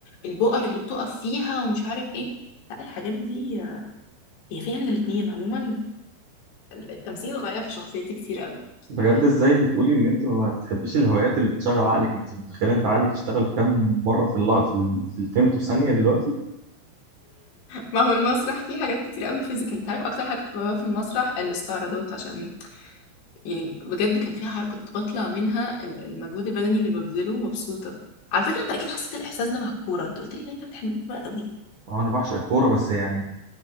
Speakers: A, on the left (about 65°); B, on the right (about 55°).
A: البؤر اللي بتقف فيها ومش عارف ايه لا الحاجات دي هي فيها من الاتنين عموما التمثيل غير في شخصيتي كتير قوي بصراحة
B: بجد ازاي بتقولي ان انت ما بتحبيش الهوايات اللي بتشغل عقلك انت متخيله انت عقلك اشتغل كام مره في اللق... في ال... في الفيمتو ثانيه دلوقتي
A: ما هو المسرح فيه حاجات كتير قوي فيزيكال انت عارف اكتر حاجه كنت بحبها في المسرح الاستعراضات عشان يعني بجد كان فيها حركه كنت بطلع منها ال- المجهود البدني اللي ببذله مبسوطه على فكره انت اكيد حسيت الاحساس ده مع الكوره انت قلت لي ان انت بتحب الكوره قوي
B: اه انا بعشق الكوره بس يعني